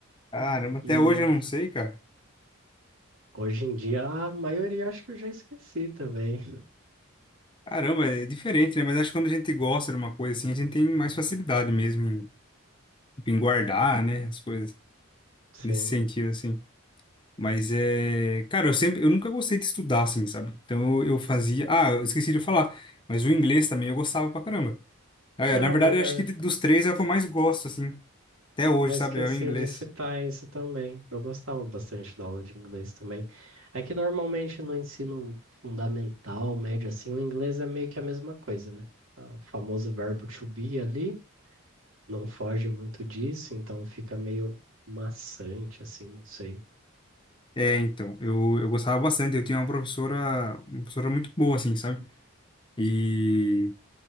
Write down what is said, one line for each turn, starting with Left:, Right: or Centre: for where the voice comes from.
Left: Caramba,
Right: E
Left: até hoje eu não sei, cara.
Right: hoje em dia a maioria acho que eu já esqueci também. <laughs>
Left: Caramba, é diferente, né? Mas acho que quando a gente gosta de uma coisa assim, a gente tem mais facilidade mesmo em, tipo, em guardar, né? As coisas
Right: Sim.
Left: nesse sentido, assim. Mas é. Cara, eu sempre. Eu nunca gostei de estudar, assim, sabe? Então eu, eu fazia. Ah, eu esqueci de falar. Mas o inglês também eu gostava pra caramba. Ah, É,
Right: Ah,
Left: na verdade,
Right: verdade.
Left: eu acho que de- dos três é o que eu mais gosto, assim, até hoje,
Right: Eu esqueci
Left: sabe? É o inglês.
Right: de citar isso também. Eu gostava bastante da aula de inglês também. É que normalmente no ensino fundamental, médio, assim, o inglês é meio que a mesma coisa, né? Ah, o famoso verbo to be ali não foge muito disso, então fica meio maçante, assim, não sei.
Left: É, então, eu, eu gostava bastante. Eu tinha uma professora, uma professora muito boa, assim, sabe? E,